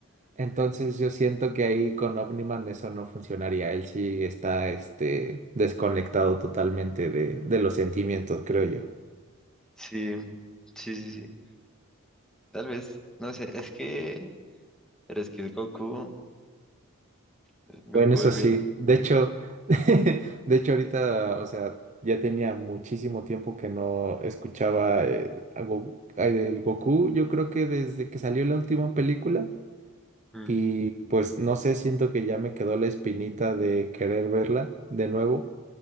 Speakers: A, on the right; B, in the centre.
A: Entonces yo siento que ahí con Omniman eso no funcionaría. Él sí está este, desconectado totalmente de, de los sentimientos, creo yo.
B: Sí, sí, sí, sí. Tal vez, no sé, es que, pero es que es Goku, es Goku
A: Bueno, eso
B: al
A: sí.
B: fin.
A: De hecho, <laughs> de hecho ahorita, o sea, ya tenía muchísimo tiempo que no escuchaba eh, a Go- a el Goku, yo creo que desde que salió la última película.
B: Mm,
A: Y pues no sé, siento que ya me quedó la espinita de querer verla de nuevo.